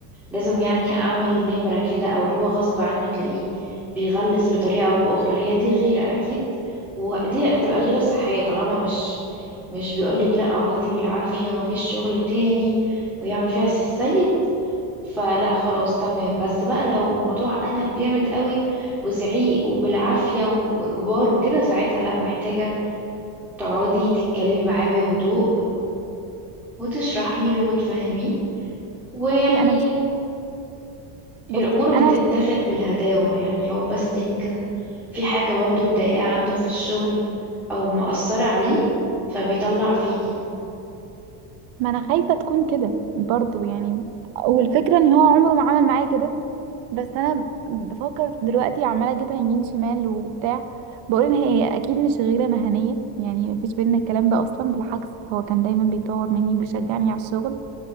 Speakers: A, in the centre; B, on the right.
A: لازم يعني أعمل نمرة كده أو اللي هو غصب عنه تلاقيه بيغلس بطريقة أو بأخرى هي دي غيرة أكيد ودي هتبقى غيرة صحية طالما مش مش بيقولك لا اقعدي بالعافية ومفيش شغل تاني ويعمل فيها سي السيد فلا خلاص تمام بس بقى لو الموضوع قلب جامد قوي وزعيق وبالعافية وإجبار وكده ساعتها لا محتاجة تقعدي تتكلمي معاه بهدوء وتشرحي له وتفهميه ويعني
B: بصي انا مش بصي
A: الأمور بتتاخد
B: انا
A: بالهداوة يعني هو بس يمكن في حاجة برضو مضايقاه عنده في الشغل أو مأثرة عليه فبيطلع فيكي
B: ما انا خايفه تكون كده برضو يعني والفكره ان هو عمره ما عمل معايا كده بس انا بفكر دلوقتي عماله اجيبها يمين شمال وبتاع بقول ان هي اكيد مش غيره مهنيه يعني مفيش بينا الكلام ده اصلا بالعكس هو كان دايما بيطور مني وبيشجعني على الشغل